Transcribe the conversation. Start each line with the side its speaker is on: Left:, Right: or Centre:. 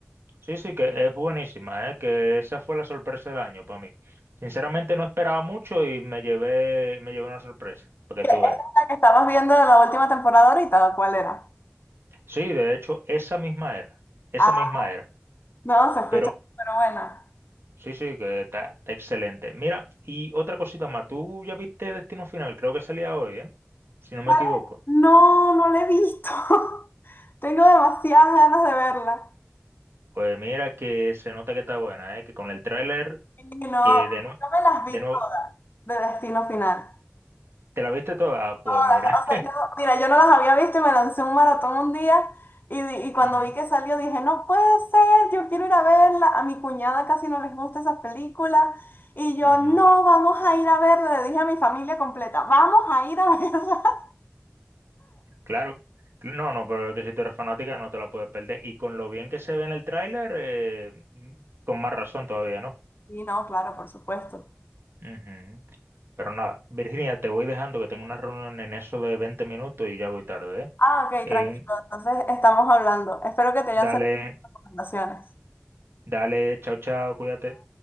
Right: sí, sí, que es buenísima, ¿eh? Que esa fue la sorpresa del año para mí. Sinceramente no esperaba mucho y me llevé, me llevé una sorpresa, porque
Left: ¿Esa
Right: tú
Left: es
Right: ves.
Left: la que estabas viendo de la última temporada ahorita? ¿o ¿Cuál era?
Right: Sí, de hecho, esa misma era, esa
Left: Ah,
Right: misma era,
Left: no, se escucha
Right: pero
Left: súper buena.
Right: sí, sí, que está, está excelente. Mira, y otra cosita más, tú ya viste Destino Final, creo que salía hoy, ¿eh? Si no me
Left: ¿Vale?
Right: equivoco.
Left: No, no la he visto. <laughs> Tengo demasiadas ganas de verla.
Right: Pues mira que se nota que está buena, ¿eh? Que con el tráiler
Left: Y no,
Right: Que
Left: yo
Right: de nuevo,
Left: me las vi
Right: de nuevo,
Left: todas de Destino Final.
Right: ¿te la viste toda? Ah, pues
Left: jodas,
Right: mira.
Left: O
Right: <laughs>
Left: sea, yo, mira, yo no las había visto y me lancé un maratón un día y, di- y cuando
Right: Ujú,
Left: vi que salió dije, no puede ser, yo quiero ir a verla. A mi cuñada casi no les gusta esas películas y yo,
Right: ujú.
Left: no, vamos a ir a verla. Le dije a mi familia completa, vamos a ir a verla. <laughs>
Right: Claro. No, no, pero es que si tú eres fanática no te la puedes perder. Y con lo bien que se ve en el tráiler, eh, con más razón todavía, ¿no?
Left: Y no, claro, por supuesto.
Right: Ujú. Pero nada, Virginia, te voy dejando que tengo una reunión en eso de 20 minutos y ya voy tarde,
Left: Ah, ok,
Right: ¿eh?
Left: tranquilo.
Right: Eh,
Left: Entonces estamos hablando. Espero que te hayan
Right: dale,
Left: servido las recomendaciones.
Right: dale, chao, chao, cuídate.